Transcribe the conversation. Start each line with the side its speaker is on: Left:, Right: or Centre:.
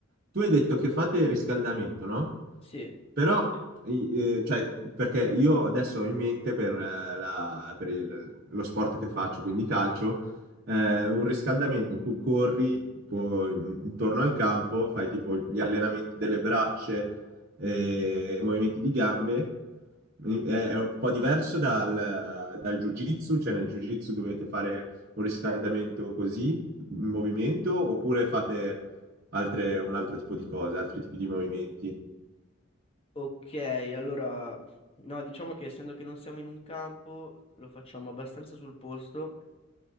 Right: tu hai detto che fate il riscaldamento, no?
Left: Sì,
Right: Però, i- eh, cioè, perché io adesso ho in mente per, eh, la- per il- lo sport che faccio, quindi calcio, eh, un riscaldamento in cui corri tipo, in- intorno al campo, fai tipo gli allenamenti delle braccia, e movimenti di gambe. Eh, È un po' diverso dal, dal jiu-jitsu, cioè nel jiu-jitsu dovete fare un riscaldamento così, in movimento oppure fate altre- un altro tipo di cose, altri tipi di movimenti?
Left: ok, allora no, diciamo che essendo che non siamo in un campo, lo facciamo abbastanza sul posto